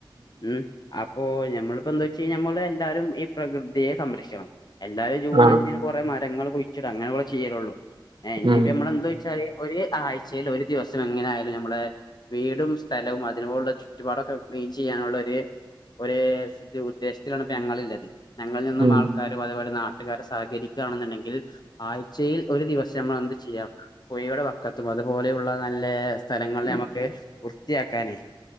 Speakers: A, on the left (about 55°); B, on the right (about 70°).
A: ഉം അ ഇപ്പോ ഞമ്മളിപ്പോ എന്താ വെച്ച കയിഞ്ഞ നമ്മളെ ല്ലാരും ഈ പ്രകൃതിയെ സംരക്ഷിക്കണം. എല്ലാരും ജൂൺ
B: ആഹ്
A: അഞ്ചിന് കുറെ മരങ്ങളും കുഴിച്ചിടും അങ്ങനെ കൊറേ ചെയ്യലൊള്ളൂ. ആ ഇനിപ്പ
B: ഉം
A: ഞമ്മളെന്താച്ചാല് ഒരു ആഴ്ചൽ ഒരു ദിവസം എങ്ങനെ ആയാലും ഞമ്മളെ വീടും സ്ഥലവും അതിനോടുള്ള ചുറ്റുപാടൊക്കെ ക്ലീൻ ചെയ്യാനുള്ള ഒര് ഒര് ഉദ്ദേശത്തിലാണ്. പ്പങ്ങളിള്ളത്. ഞങ്ങളിൽ നിന്നും
B: ഉം
A: ആൾക്കാരും അതേപോലെ നാട് ട്ടുകാര് സഹകരിക്കാണ് ന്നുണ്ടെങ്കിൽ ആഴ്ചയിൽ ഒരു ദിവസം മ്മള് എന്ത് ചെ ചെയ്യാം പൊയയുടെ വക്കത്തും അതുപോലെയുള്ള നല്ലേ സ്ഥലങ്ങളിൽ നമുക്ക് വൃത്തിയാക്കാനേ